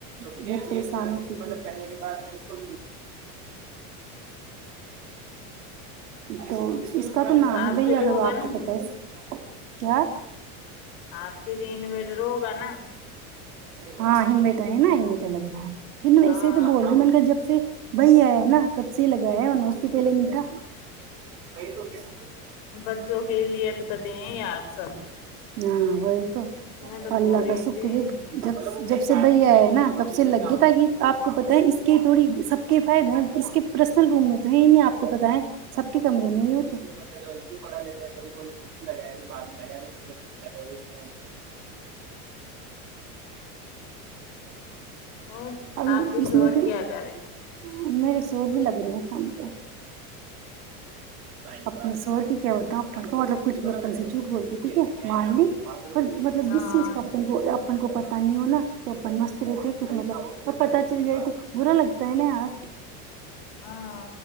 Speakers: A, on the right; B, on the left.
A: وہ پریسان ہوتیھی مطلب پنے کے بعد کو تو اس کا تو نام
B: آپ
A: ہے بھ
B: کے تو
A: اگر
B: ہوگا
A: آپ کو
B: نا
A: پت ہے کیا
B: آپ کے دین انویٹر ہوگا نا
A: ہاں ہین بیٹا ہے نا ہین بیٹا لگ رہا ہے ج
B: ہاں
A: ایسے ہی تو بول بھی من کر جب سے وہی آیا ہے نا تب سی لگایا ہے انہوں نے پہلے ن تھا تو کسی
B: بچوں کے لیے تو کہتے ہیں یاار سب
A: نہابے تو
B: میں تو
A: پلا
B: بول رہی
A: کا سک
B: تھی ان
A: بھی
B: سے
A: جب جب سے بھیا ہے نا تو سے لگے تاکہ آپ کو پت ہے اس کہ تھوڑی سب فائد ہیں اس کے پرسنل روم میں تویں ہی نہیں آ کو پتا ہے سب کے کمر میں ہیڑ لیتے ہیں تھوڑی بہت لگائے بعد میں لگا د زیادہ و نہیں
B: اور آپ
A: ہاں
B: کس
A: اس میں
B: اور
A: بھی
B: کیا کر رہے
A: میرے سور بھی لگ رہے ہیں فون پہ اپنے سور کی کیا ہوتا اپن کو مطلب کچھ بھی اپن سے جھوٹ بولتے ٹھیک ہے مان لی پر مطلب
B: ہاں
A: جس چیز کا اپن کو اپن کو پتا نہیں ہونا تو اپن مست رہتے مطلب اور پت چل جائے تو برا لگتا ہے نا ار
B: ہاں